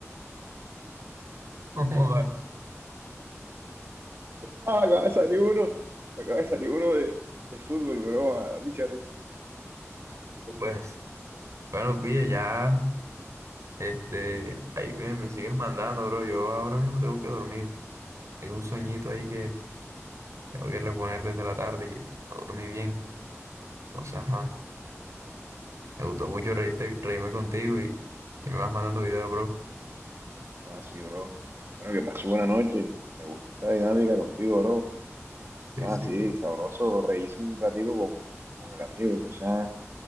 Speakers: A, on the right; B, on the right.
A: No Joda.
B: Ah, acaba de salir uno. Acaba de salir uno de, de fútbol, bro. Ah, da mucha risa.
A: Pues, bueno, pille, ya, este, ahí me, me sigues mandando, bro. Yo ahora mismo tengo que dormir. Tengo un sueñito ahí que tengo que reponer desde la tarde, que no dormí bien. Entonces, ajá, me gustó mucho reírte, reírme contigo y que me vas mandando videos, bro.
B: Ah, sí, bro. Bueno, que pasó buena noche. Me gustó esta dinámica contigo, bro.
A: Sí,
B: Ah,
A: sí.
B: sí, sabroso. Reíse un ratico con, con, con el amigo. O sea,